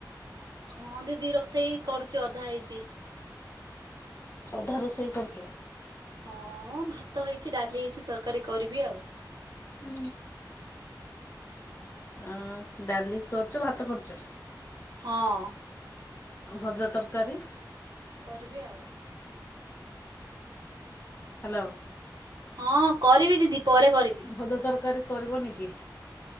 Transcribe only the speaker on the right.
ହଁ ଦିଦି ରୋଷେଇ କରୁଛି ଅଧା ହେଇଛି।
ହଁ ଭାତ ହେଇଛି, ଡାଲି ହେଇଛି, ତରକାରୀ କରିବି ଆଉ।
ହଁ।
କରିବି ଆଉ।
ହଁ କରିବି ଦିଦି ପରେ କରିବି।